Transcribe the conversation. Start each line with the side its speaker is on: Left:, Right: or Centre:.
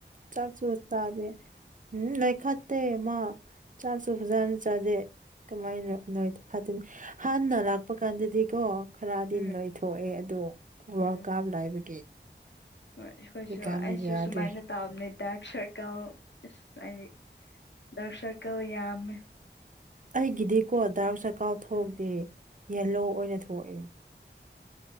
Right: ꯆꯥꯛ ꯆꯨ ꯆꯥꯗꯦ ꯎꯝ ꯂꯣꯏꯈꯠꯇꯦ ꯃꯥ ꯆꯥꯛꯁꯨ ꯐꯖꯅ ꯆꯥꯖꯦ ꯀꯃꯥꯏꯅꯣ ꯍꯥꯏ ꯍꯥꯟꯅ ꯂꯥꯛꯄ ꯀꯥꯟꯗꯗꯤꯀꯣ ꯈꯔꯗꯤꯟ
Left: ꯎꯝ
Right: ꯂꯣꯏꯊꯣꯛꯑꯦ ꯑꯗꯨ ꯋꯥꯔꯜ
Left: ꯎꯝ
Right: ꯀꯥꯞ ꯂꯥꯏꯕꯒꯤ
Left: ꯍꯣꯏ ꯑꯩꯈꯣꯏꯁꯨ
Right: ꯍꯧꯖꯤꯛꯀꯥꯟꯗꯤ
Left: ꯑꯩꯁꯨ
Right: ꯌꯥꯗ꯭ꯔꯦ
Left: ꯁꯨꯃꯥꯏꯅ ꯇꯥꯕꯅꯦ ꯗꯔꯛ ꯁꯥꯔꯀꯜ ꯍꯥꯏ ꯗꯔꯛ ꯁꯥꯔꯀꯜ ꯌꯥꯝꯃꯦ
Right: ꯑꯩꯒꯤꯗꯤꯀꯣ ꯗꯥꯥꯛꯛ ꯆꯀꯥꯎ ꯊꯣꯛꯗꯦ
Left: ꯎꯝ
Right: ꯌꯦꯂꯣ ꯑꯣꯏꯅ ꯊꯣꯛꯑꯦ